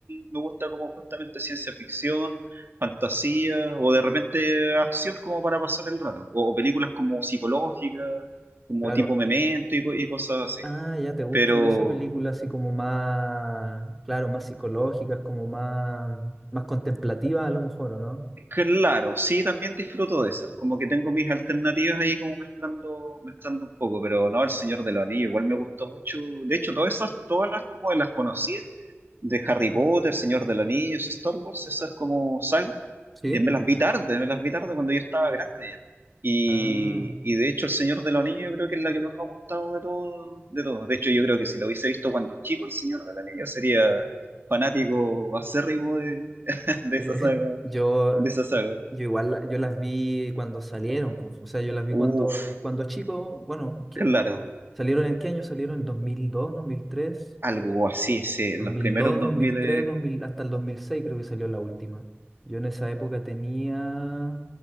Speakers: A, on the right; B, in the centre.
A: me gusta como justamente ciencia ficción, fantasía, o de repente acción como para pasar el rato. O, o películas como psicológicas, como
B: Claro.
A: tipo Memento y, co- y cosas así.
B: Ah, ya te gustan
A: Pero...
B: esas películas así como más, claro, más psicológicas, como más, más contemplativas a lo mejor, ¿o no?
A: Claro, sí, también disfruto de esas. Como que tengo mis alternativas ahí como mezclando, mezclando un poco, pero no, El Señor de los Anillos, igual me gustó mucho. De hecho, todas esas, todas las como las conocí, de Harry Potter, Señor de los Anillos, Star Wars, esas como sagas,
B: Sí.
A: eh, me las vi tarde, me las vi tarde cuando yo estaba grande ya. Y,
B: Ah.
A: y de hecho, El Señor de los Anillos yo creo que es la que más me ha gustado de todo, de todos. De hecho, yo creo que si lo hubiese visto cuando chico, El Señor de los Anillos, sería fanático acérrimo de, <laughs> de
B: <laughs>
A: esa saga
B: Yo
A: de esa saga
B: Yo igual, la- yo las vi cuando salieron, pues, o sea, yo las vi
A: Uf,
B: cuando, cuando chico, bueno, ¿qué?
A: claro,
B: ¿Salieron en qué año? ¿Salieron en el 2002, dos mil tres
A: algo
B: Sí, po.
A: así, sí,
B: dos
A: los
B: mil
A: primeros
B: dos,
A: 2000
B: dos mil tres
A: eh,
B: dos mil hasta el 2006 creo que salió la última. Yo en esa época tenía